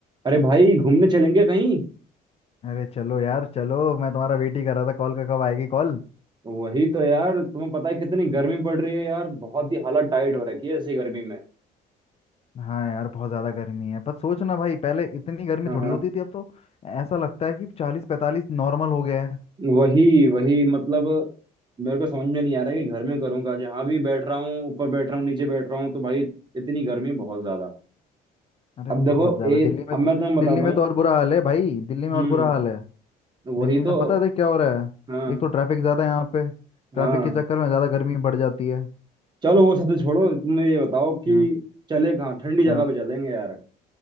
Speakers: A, on the right (about 25°); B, on the left (about 35°).
A: अरे भाई घूमने चलेंगे कहीं
B: अरे चलो यार चलो मैं तुम्हारा वेट ही कर रहा था कॉल का कब आएगी कॉल
A: वही तो यार तुम्हें पता है कितनी गर्मी पड़ रही है यार बहुत ही हालत टाइट हो रखी है ऐसी गर्मी में
B: हाँ यार बहुत ज़्यादा गर्मी है पर सोच ना भाई पहले इतनी गर्मी
A: हाँ
B: थोड़ी
A: हाँ
B: होती थी अब तो ऐसा लगता है कि चालीस पैंतालीस नॉर्मल हो गया है
A: वही वही मतलब मेरे को समझ में नहीं आ रहा है कि घर में करूँगा जहाँ भी बैठ रहा हूँ ऊपर बैठ रहा हूँ नीचे बैठ रहा हूँ तो भाई इतनी गर्मी बहुत ज्यादा
B: अरे
A: अब
B: बहुत
A: देखो
B: ज़्यादा
A: ए
B: दिल्ली में
A: अब
B: तो
A: मैं तुम्हें बताता
B: दिल्ली में
A: हूँ
B: तो और बुरा हाल है भाई दिल्ली में
A: हम्म
B: और बुरा हाल है
A: वही
B: दिल्ली में
A: तो
B: पता है देख क्या हो रहा है
A: हाँ
B: एक तो ट्रैफिक ज़्यादा है यहाँ पे ट्रैफिक
A: हाँ
B: के चक्कर में ज़्यादा गर्मी बढ़ जाती है
A: चलो वो सब तो छोड़ो तुम ये बताओ कि
B: हाँ
A: चले कहाँ ठंडी जगह
B: हाँ
A: पे चलेंगे यार